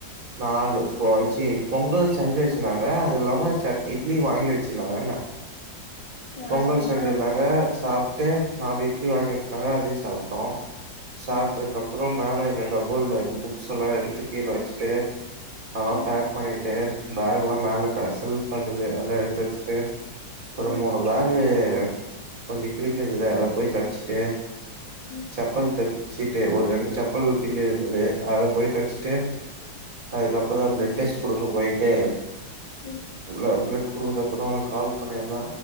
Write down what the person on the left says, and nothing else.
எனக்கு
அப்புல்லா
ஞாபகோ
ம்
ம்
ம்
ம் ம் ம்
ம்ம